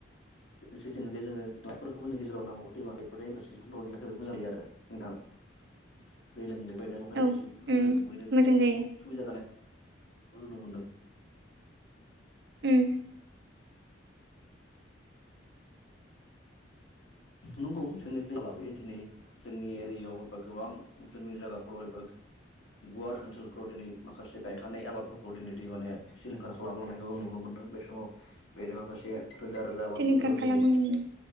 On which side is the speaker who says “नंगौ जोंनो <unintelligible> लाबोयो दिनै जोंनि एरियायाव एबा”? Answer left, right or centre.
Left